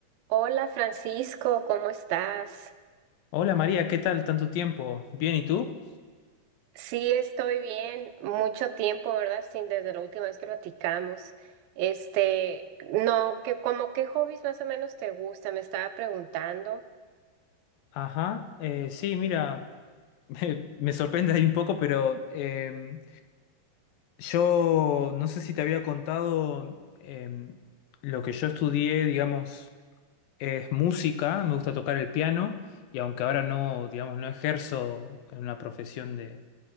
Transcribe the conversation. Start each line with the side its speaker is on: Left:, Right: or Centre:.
Right: Hola Francisco, ¿cómo estás?
Left: Hola María, ¿qué tal? Tanto tiempo. ¿Bien y tú?
Right: Sí, estoy bien. Mucho tiempo, ¿verdad? Sin desde la última vez que platicamos. Este, no, que como qué hobbies más o menos te gusta, me estaba preguntando.
Left: Ajá, eh, sí, mira, <laughs> me, me sorprende ahí un poco, pero em, yo no sé si te había contado em, lo que yo estudié, digamos, es música, me gusta tocar el piano y aunque ahora no, digamos, no ejerzo en una profesión de